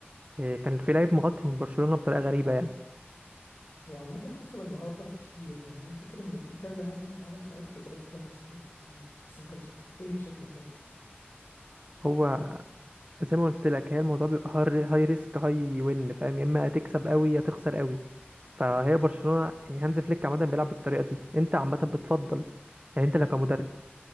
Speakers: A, on the right; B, on the left.
A: إيه، كان في لعيب مغطي من برشلونه بطريقه غريبه يعني
B: هو عامة حصل النهاردة كتير يعني أنا فاكر إن في كذا هجمة اتعملت عرفوا يضربوا فيها منصات التسلل بس ما كانتش بتنتهي بشكل كويس
A: هو زي ما قلت لك هي الموضوع بيبقى هاي ريسك هاي وين فاهم يا اما هتكسب قوي يا تخسر قوي فهي برشلونة يعني هانز فليك عامة بيلعب بالطريقة دي انت عامة بتفضل يعني انت لو كمدرب